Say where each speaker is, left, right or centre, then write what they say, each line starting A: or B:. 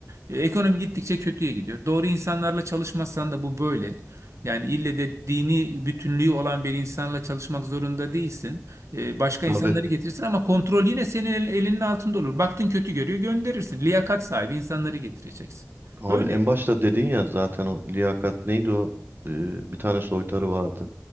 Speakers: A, on the right (about 70°); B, on the right (about 45°).
A: E, Ekonomi gittikçe kötüye gidiyor. Doğru insanlarla çalışmazsan da bu böyle. Yani ille de dini bütünlüğü olan bir insanla çalışmak zorunda değilsin. E, başka
B: Tabii.
A: insanları getirirsin ama kontrol yine senin el- elinin altında olur. Baktın kötü görüyor gönderirsin. Liyakat sahibi insanları getireceksin.
B: Abi
A: Öyle.
B: en başta dedin ya zaten o liyakat neydi o? Ee, bir tane soytarı vardı.